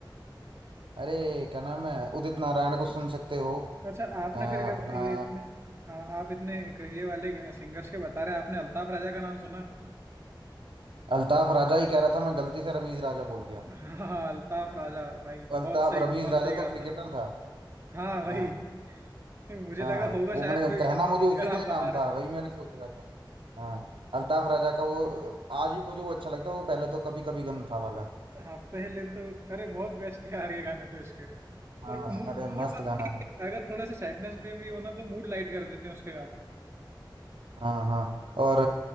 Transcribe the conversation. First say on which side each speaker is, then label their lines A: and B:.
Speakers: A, on the right (about 85°); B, on the right (about 30°).
A: अरे क्या नाम है उदित नारायण को सुन सकते हो
B: अच्छा आपने
A: अ, अपना
B: फिर कब- ये इतने हाँ आप इतने एक ये वाले सिंगर्स के बता रहे हैं आपने अल्ताफ राजा का नाम सुना
A: अल्ताफ राजा ही कह रहा था मैं गलती से रमीज राजा बोल गया
B: हाँ अल्ताफ राजा भाई
A: अल्ताफ
B: बहुत सही
A: रमीज
B: बहुत
A: राजा
B: सही गाता
A: तो क्रिकेटर
B: है
A: था
B: हाँ
A: हाँ
B: भाई मुझे
A: हाँ
B: लगा होगा
A: वो
B: शायद
A: मैं
B: कोई
A: कहना मुझे
B: सिंगर
A: उसी का
B: आप
A: ही
B: बता
A: नाम
B: रहे
A: था
B: हो
A: वही मैंने सोच रहा था हाँ अल्ताफ राजा का वो आज भी मुझे वो अच्छा लगता है वो पहले तो कभी कभी गम था वाला
B: हाँ पहले तो अरे बहुत बेस्ट है यार ये गाने तो इसके
A: हाँ
B: और मूड
A: अरे
B: मूड
A: मस्त गाना है
B: अगर थोड़ा सा सैडनेस में भी हो ना तो मूड लाइट कर देते हैं उसके गाने
A: हाँ हाँ और